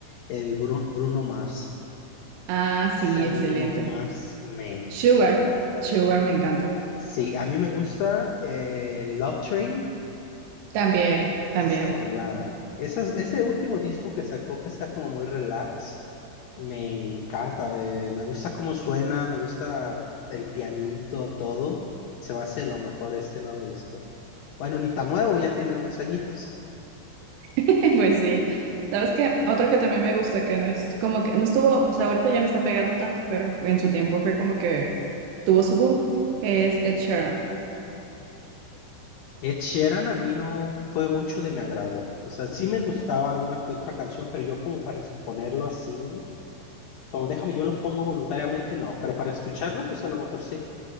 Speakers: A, on the left; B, on the right.
A: el Bru- Bruno Mars.
B: Ah,
A: Ese
B: sí,
A: a
B: excelente.
A: mí Bruno Mars me encanta.
B: Sugar, Sugar me encanta.
A: Sí, a mí me gusta eh, Love Train,
B: También, también.
A: esa rola, esas, ese último disco que sacó que está como muy relax, me encanta, me, me gusta cómo suena, me gusta el pianito, todo, se me hace lo mejor este nuevo disco. Bueno, ni tan nuevo, ya tiene unos añitos.
B: <laughs> Pues sí. ¿Sabes qué? Otro que también me gusta, que no es como que no estuvo, o sea, ahorita ya no está pegando tanto, pero en su tiempo fue como que tuvo su boom, es Ed Sheeran.
A: Ed Sheeran a mí no fue mucho de mi agrado, o sea, sí me gustaba una que otra canción, pero yo como para ponerlo así, como déjame, yo lo pongo voluntariamente, no, pero para escucharlo, pues a lo mejor sí.